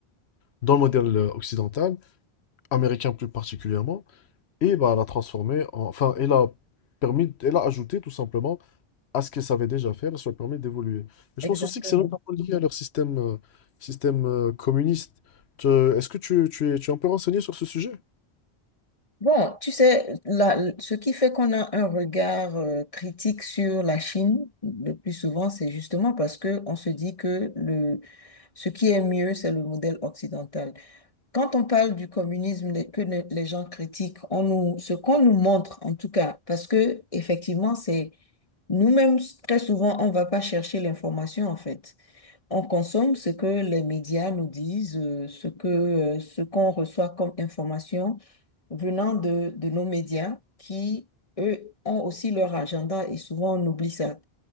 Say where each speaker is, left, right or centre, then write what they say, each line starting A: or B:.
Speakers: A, on the left; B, on the left.
A: dans le modèle euh, occidental américain plus particulièrement, et bah, elle a transformé, en- enfin, elle a permis, elle a ajouté tout simplement à ce qu'elle savait déjà faire, et ça lui a permis d'évoluer. Mais
B: Exactement.
A: je pense aussi que c'est notamment lié à leur système, euh, système euh, communiste. Tu- Est-ce que tu, tu es, tu es un peu renseigné sur ce sujet?
B: Bon, tu sais, la- ce qui fait qu'on a un regard euh, critique sur la Chine le plus souvent, c'est justement parce que on se dit que le, ce qui est mieux, c'est le modèle occidental. Quand on parle du communisme, les- que ne- les gens critiquent, on nous, ce qu'on nous montre, en tout cas, parce que effectivement, c'est nous-mêmes très souvent, on ne va pas chercher l'information en fait. On consomme ce que les médias nous disent, euh, ce que, euh, ce qu'on reçoit comme information venant de, de nos médias qui, eux, ont aussi leur agenda et souvent on oublie ça.